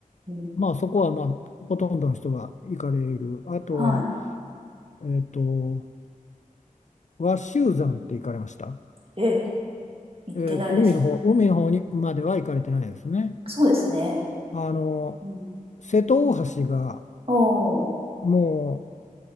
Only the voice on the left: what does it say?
まあそこはまあほとんどの人が行かれるあとは
えっと和州山って行かれました。
えーと、海の方、海の方にまでは行かれてないですね。
あの、
瀬戸大橋が
も